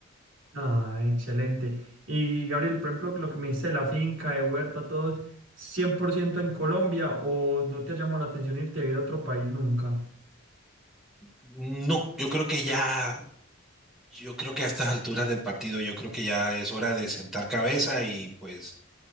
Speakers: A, on the right; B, in the centre.
A: Ah, excelente. Y Gabriel, por ejemplo, lo que me dice de la finca, de huerta, todo, 100% en Colombia o no te ha llamado la atención irte a vivir a otro país nunca.
B: No, yo creo que ya, yo creo que a estas alturas del partido, yo creo que ya es hora de sentar cabeza y pues